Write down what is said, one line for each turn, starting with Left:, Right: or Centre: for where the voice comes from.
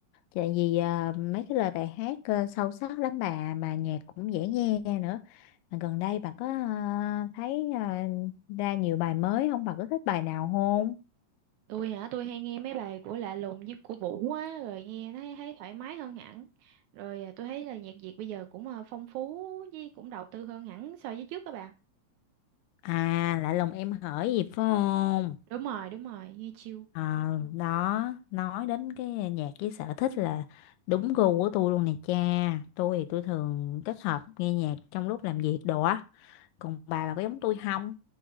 Left: Tại vì à, mấy cái lời bài hát à, sâu sắc lắm bà mà nhạc cũng dễ nghe nữa. Mà gần đây bà có à, thấy à, ra nhiều bài mới không? Bà có thích bài nào không?
Right: tôi hả tôi hay nghe mấy bài của Lạ Lùng với của Vũ á rồi nghe thấy thấy thoải mái hơn hẳn rồi à, tôi thấy là nhạc Việt bây giờ cũng à, phong phú với cũng đầu tư hơn hẳn so với trước các bà
Left: À, lại lòng em hỡi gì phải không?
Right: đúng rồi đúng rồi nghe chill
Left: Ờ, đó, nói đến cái nhạc với sở thích là đúng gu của tôi luôn nè cha. Tôi thì tôi thường kết hợp nghe nhạc trong lúc làm việc đồ á. Còn bà bà có giống tôi không?